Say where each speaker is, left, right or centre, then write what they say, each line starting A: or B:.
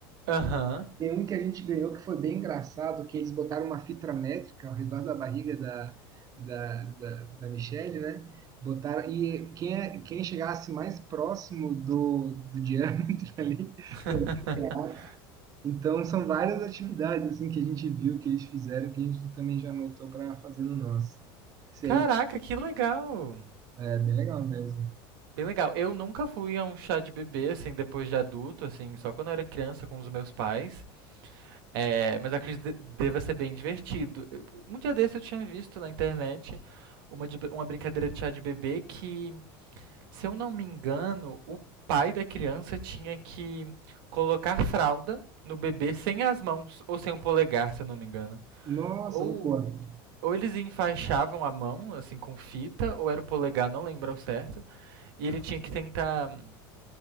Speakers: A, on the right (about 80°); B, on the right (about 30°).
A: Aham.
B: Tem um que a gente ganhou que foi bem engraçado, que eles botaram uma fita métrica ao redor da barriga da, da, da, da Michelle, né? Botaram, e quem, é- quem chegasse mais próximo do, do diâmetro <laughs> ali
A: <laughs>
B: também ganhava. Então são várias atividades assim que a gente viu, que eles fizeram, que a gente também já anotou para fazer no nosso. Isso
A: Caraca,
B: aí
A: que legal.
B: é bem legal mesmo.
A: Bem legal. Eu nunca fui a um chá de bebê, assim, depois de adulto, assim, só quando eu era criança com os meus pais. É, mas eu acredito que de- deva ser bem divertido. Eu- Um dia desse eu tinha visto na internet uma, de- be- uma brincadeira de chá de bebê que Se eu não me engano, o pai da criança tinha que colocar fralda no bebê sem as mãos, ou sem o polegar, se eu não me engano.
B: Nossa,
A: Ou,
B: muito boa.
A: ou eles enfaixavam a mão, assim, com fita, ou era o polegar, não lembro ao certo. E ele tinha que tentar hum,